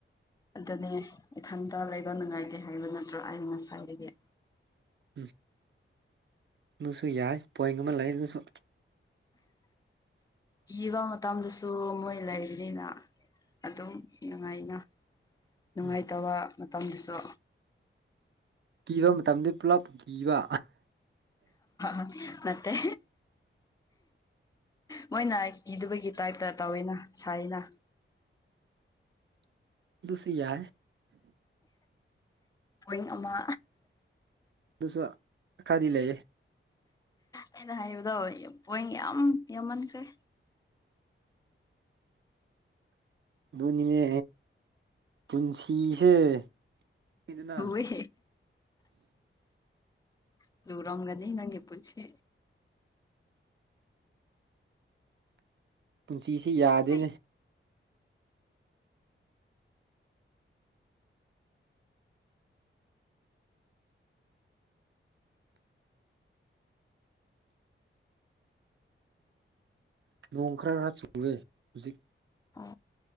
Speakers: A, on the left (about 15°); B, on the right (about 60°).
A: ꯑꯗꯨꯅꯦ ꯏꯊꯟꯇ ꯂꯩꯕ ꯅꯨꯡꯉꯥꯏꯇꯦ ꯍꯥꯏꯕ ꯅꯠꯇ꯭ꯔꯣ ꯑꯩꯅ ꯉꯁꯥꯏꯗꯒꯤ
B: ꯎꯝ ꯑꯗꯨꯁꯨ ꯌꯥꯏ ꯄꯣꯏꯟ ꯑꯃ ꯂꯩ ꯑꯗꯨꯁꯨ
A: ꯀꯤꯕ ꯃꯇꯝꯗꯁꯨ ꯃꯣꯏ ꯂꯩꯔꯤꯅꯤꯅ ꯑꯗꯨꯝ ꯅꯨꯡꯉꯥꯏꯅ ꯅꯨꯡꯉꯥꯏꯇꯕ
B: ꯎꯝ
A: ꯃꯇꯝꯗꯨꯁꯨ
B: ꯀꯤꯕ ꯃꯇꯝꯗ ꯄꯨꯂꯞ ꯀꯤꯕ
A: ꯑ ꯃꯦ ꯃꯣꯏꯅ ꯀꯤꯗꯕꯒꯤ ꯇꯥꯏꯞꯇ ꯇꯧꯋꯤꯅ ꯁꯔꯤꯅ
B: ꯁꯔꯤ ꯌꯥꯏ
A: ꯄ ꯑꯃ
B: ꯁꯨ ꯈꯥꯗꯤ ꯂꯩ
A: ꯑꯩꯅ ꯍꯥꯏꯕꯗꯣ ꯄꯣꯏ ꯌꯥꯝ ꯌꯥꯝꯃꯟꯈ꯭ꯔꯦ
B: ꯅꯤ ꯄꯨꯟꯁꯤꯁꯦ ꯈꯪꯗꯦꯗꯅ
A: ꯍꯣꯏ ꯑꯗꯨꯔꯝꯒꯅꯤ ꯅꯪꯒꯤ ꯄꯨꯟꯁꯤ
B: ꯁꯤꯁꯤ ꯌꯥꯗꯦꯅꯦ
A: ꯍꯨꯏ
B: ꯅꯣꯡ ꯈꯔ ꯈꯔ ꯆꯨꯋꯦ ꯍꯧꯖꯤꯛ
A: ꯑ